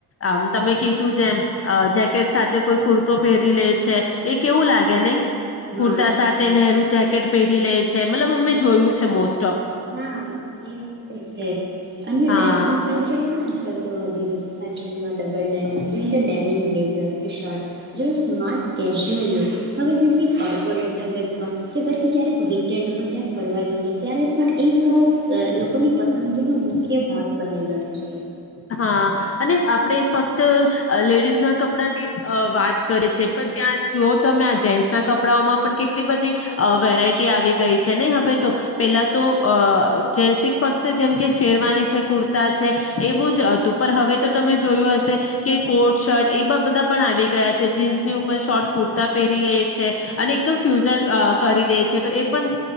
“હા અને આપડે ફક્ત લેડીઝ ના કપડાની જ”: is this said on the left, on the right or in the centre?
Left